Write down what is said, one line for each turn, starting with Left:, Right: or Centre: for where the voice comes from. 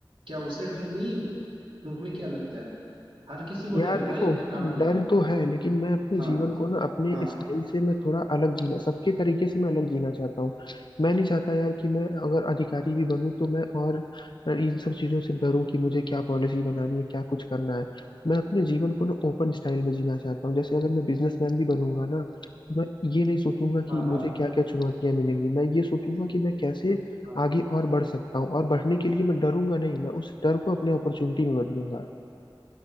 Right: क्या उसे डर नहीं है तुम्हें क्या लगता है हर किसी को
Left: यार
Right: डर है
Left: देखो
Right: भाई अपने काम के
Left: डर
Right: लिए
Left: तो है लेकिन मैं अपने
Right: हाँ
Left: जीवन को ना अपने
Right: हाँ
Left: स्टाइल से मैं थोड़ा अलग जीना सबके तरीके से मैं अलग जीना चाहता हूँ मैं नहीं चाहता यार कि मैं अगर अधिकारी भी बनूँ तो मैं और इन सब चीज़ों से डरूं कि मुझे क्या पॉलिसी बनानी है क्या कुछ करना है मैं अपने जीवन को ना ओपन स्टाइल में जीना चाहता हूँ जैसे अगर मैं बिजनेसमैन भी बनूंगा ना तो मैं ये नहीं सोचूंगा कि
Right: हाँ हाँ
Left: मुझे क्या क्या चुनौतियां मिलेंगी मैं ये सोचूंगा कि मैं कैसे
Right: हाँ।
Left: आगे और बढ़ सकता हूँ और बढ़ने के लिए मैं डरूंगा नहीं मैं उस डर को अपने अपॉर्चुनिटी में बदलूंगा